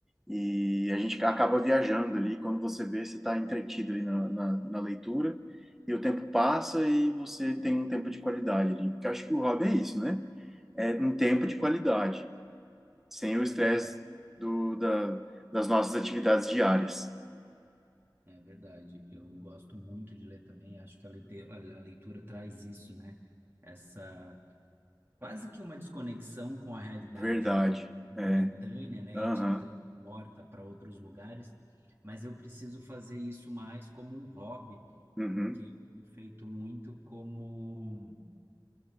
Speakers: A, in the centre; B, on the right.
A: e a gente acaba viajando ali, quando você vê, você está entretido ali na, na, na leitura, e o tempo passa e você tem um tempo de qualidade ali. Porque eu acho que o hobby é isso, né? É um tempo de qualidade, sem o estresse
B: É verdade.
A: do, da, das nossas atividades diárias.
B: É verdade. Eu gosto muito de ler também. Acho que a leite- a leitura traz isso, né? Essa quase que uma desconexão com a realidade
A: Verdade.
B: momentânea,
A: É.
B: né?
A: Aham.
B: E te transporta para outros lugares. Mas eu preciso fazer isso mais como um hobby
A: Uhum.
B: porque eu tenho feito muito como,